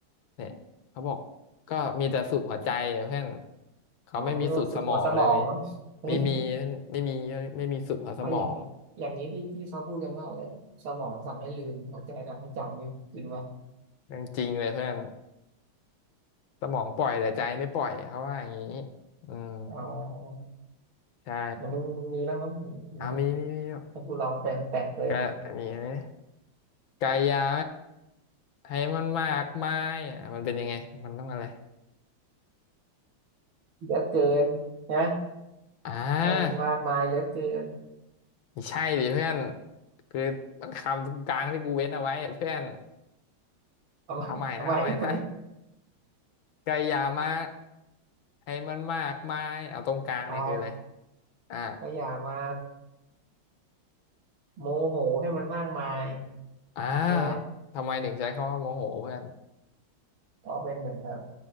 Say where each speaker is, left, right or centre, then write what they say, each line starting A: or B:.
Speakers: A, on the left (about 70°); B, on the right (about 75°).
A: เนี่ยเขาบอกก็มีแต่สุดหัวใจอะเพื่อนเขาไม่มีสุดสมองเลย
B: อ๋อไม่ได้ว่าสุดหัวสมองมั้ง
A: ไม่มี
B: <laughs>
A: ไม่มีไม่มีสุดหัวสมอง
B: เอาอย่างอย่างนี้ที่ที่เขาพูดกันว่าอะไรสมองสั่งให้ลืมหัวใจสั่งให้จำนี่จริงไหม
A: เรื่องจริงเลยเพื่อนสมองปล่อยแต่ใจไม่ปล่อยเขาว่าอย่างนี้อืม
B: อ๋อ
A: ใช่
B: แล้วมึงมึงมีบ้างไหมมีมีแบบ
A: เอามีมีมี
B: ให้กูลองแต่งแต่งเติมอ่ะ
A: กะอันนี้นะกายาให้มันมากมายอ่ะมันเป็นยังไงมันต้องอะไร
B: เหลือเกินนะ
A: อ่า
B: ให้มันมากมายเหลือเกิน
A: ไม่ใช่ดิเพื่อนคือมันคำตรงกลางที่กูเว้นเอาไว้อะเพื่อน
B: เอามาเอาใหม่ได้ไหม
A: เอาใหม่นะเอาใหม่นะกายามาให้มันมากมายเอาตรงกลางเนี่ยคืออะไร
B: อ๋อ
A: อ่า
B: ก็อย่ามา โมโหให้มันมากมาย
A: อ่า
B: ใช่ไหม
A: ทำไมถึงใช้คำว่าโมโหเพื่อน
B: ก็เป็นเหมือนแบบ